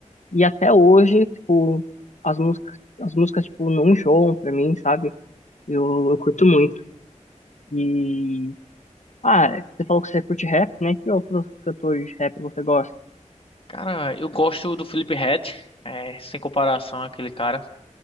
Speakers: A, on the left; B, on the left.
A: E até hoje, tipo, as músicas, as músicas, tipo, não enjoam pra mim, sabe? Eu, eu curto muito. E. Ah, você falou que você curte rap, né? Que outros cantores de rap você gosta?
B: cara, eu gosto do Felipe Ret, é, sem comparação aquele cara.